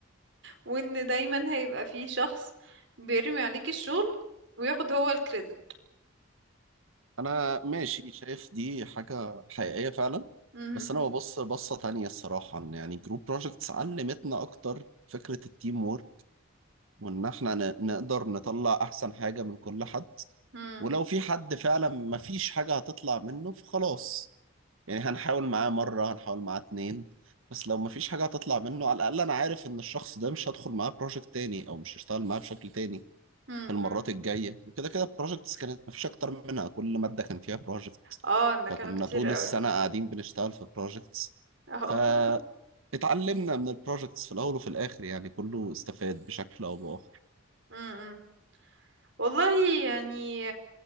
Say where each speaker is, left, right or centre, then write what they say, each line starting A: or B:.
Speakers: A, on the right; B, on the right.
A: وان دايما هيبقى في شخص بيرمي عليك الشغل وياخد هو الكريدت
B: انا ماشي شايف دي حاجه حقيقيه فعلا
A: <laughs> مم.
B: بس انا ببص بصه تانية الصراحه ان يعني جروب بروجكتس علمتنا اكتر فكره التيم وورك وان احنا ن- نقدر نطلع احسن حاجه من كل حد
A: مم.
B: ولو في حد فعلا ما فيش حاجه هتطلع منه فخلاص يعني هنحاول معاه مره هنحاول معاه اتنين بس لو ما فيش حاجه هتطلع منه على الاقل انا عارف ان الشخص ده مش هدخل معاه بروجكت تاني او مش هشتغل معاه بشكل تاني
A: مم.
B: في المرات
A: مم.
B: الجايه وكده كده البروجكتس كانت مفيش اكتر منها كل ماده كان فيها بروجكت
A: اه ده
B: فكنا
A: كانوا كتير
B: طول
A: قوي
B: السنه قاعدين بنشتغل في بروجكتس
A: اه
B: فاتعلمنا
A: <laughs>
B: من البروجكتس في الاول وفي الاخر يعني كله استفاد بشكل او باخر
A: مم. مم. والله يعني